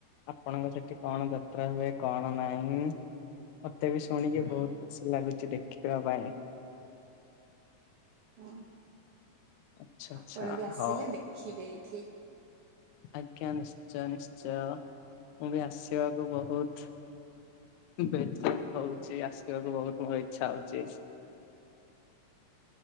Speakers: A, on the left; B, on the right.
A: ଆପଣଙ୍କ ସେଠି କଣ ଯାତ୍ରା ହୁଏ କଣ ନାହିଁ ମତେ ବି ଶୁଣିକି
B: ହୁଁ
A: ବହୁତ୍ ଖୁସି ଲାଗୁଛି ଦେଖିବା ପାଇଁ।
B: ହଁ
A: ଆଚ୍ଛା ଆଚ୍ଛା
B: ଆପଣ ବି ଆସିଲେ
A: ହଉ
B: ଦେଖିବେ ଏଇଠି।
A: ଆଜ୍ଞା ନିଶ୍ଚୟ ନିଶ୍ଚୟ ମୁଁ ବି ଆସିବାକୁ ବହୁତ୍ ବେଜଙ୍ଗ୍ ହଉଛି ଆସିବାକୁ ବହୁତ୍ ମୋର ଇଚ୍ଛା ହଉଛି।